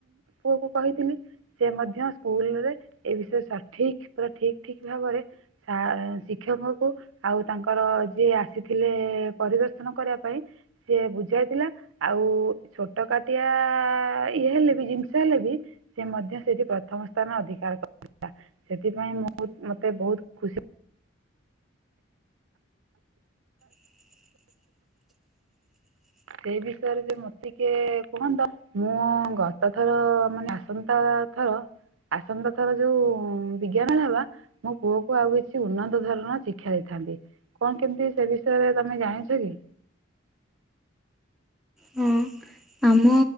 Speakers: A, on the right (about 85°); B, in the centre.
A: ପୁଅକୁ କହିଥିଲି। ସେ ମଧ୍ୟ ସ୍କୁଲରେ ଏ ବିଷୟରେ ସଠିକ ପୁରା ଠିକ ଠିକ ଭାବରେ ସା ଶିକ୍ଷକଙ୍କୁ ଆଉ ତାଙ୍କର ଯିଏ ଆସିଥିଲେ ପରିଦର୍ଶନ କରିବା ପାଇଁ ସିଏ ବୁଝାଇଥିଲା ଆଉ ଛୋଟ କାଟିଆ ଆ ଇଏ ହେଲେ ବି ଜିନିଷ ହେଲେ ବି ସେ ମଧ୍ୟ ସେଠି ପ୍ରଥମ ସ୍ଥାନ ଅଧିକାର କ ସେଥିପାଇଁ ମୁଁ ମତେ ବହୁତ ଖୁସି
B: <inaudible>
A: ସେଇ ବିଷୟରେ ଯେ ମତେ କିଏ କୁହନ୍ତ ମୁଁ ଗତ ଥର ମାନେ ଆସନ୍ତା ଥର ଆସନ୍ତା ଥର ଯୋଉ ବିଜ୍ଞାନ ହେବା ମୋ ପୁଅକୁ ଆଉ କିଛି ଉନ୍ନତ ଧରଣର ଶିକ୍ଷା ଦେଇଥାଏ। କଣ କେମତି ସେ ବିଷୟରେ ତମେ ଜାଣିଛ କି?
B: ହଁ ଆମ